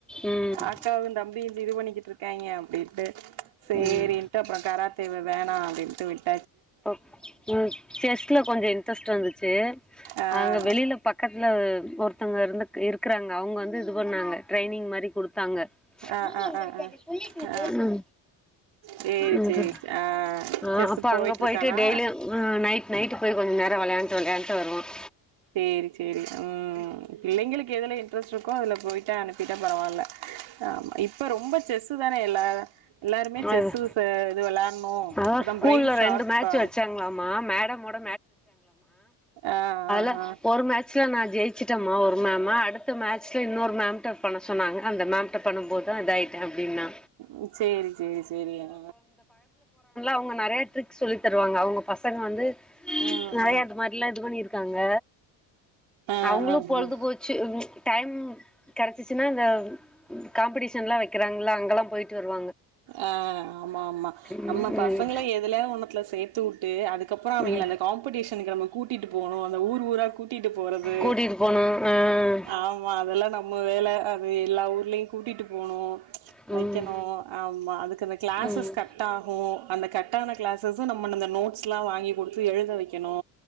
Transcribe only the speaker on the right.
அக்காவும் தம்பி இது பண்ணிட்டு இருக்காங்க அப்படின்னு பெ செரின்ட்டு
அப்ற கராத்தே வ வேணாம் அப்டின்டு விட்டு
ஆ ஆ
ஆ
ஆ ஆ ஆ ஆ சேரி
சேரி ஆ
செஸ்
போயிட்டு
இருக்கானா
சேரி சேரி உம் பிள்ளைங்களுக்கு எதுல இன்ட்ரெஸ்ட் இரு கோ அதுல போயிட்டா அனுப்பிட்டா பரவாயில்ல. ஆமா இப்ப ரொம்போ செஸ் வேல இல்ல எல்லாருமே செஸ்
ச இது விளானு
அப்பதா
பிரெய்ன் ஷார்ப்பா
எ ஆ
ஆ
ம் சேரி சேரி சேரி ஹ
ம்
ம்
ஆ
ஆ
ஆ
ஆ ஆமா ஆமா
நம்ம
பசங்கள எதுலயா ஒண்ணுத்துல சே த்து விட்டு அதுக்கு அப்புறோ அவகில
அந்த காம்படிஷனுக்கு நாம கூட்டிட்டு போணு அந்த ஊர் ஊரா கூட்டிட்டு போறது
ஆமா அதெல்லா நம் நம்ம வேலை அது எல்லா ஊர்லயும் கூட்டிட்டு போனு ப்ச்
வெக்கணு ஆமா அதுக்கு அந்த கிளாஸஸ்
கட் ஆகு அந்த கட்ட்டான கிளாஸஸம் நம்ம அந்த நோட்ஸ்ல்லா வாங்கி குடுத்து எழுத வெக்கணு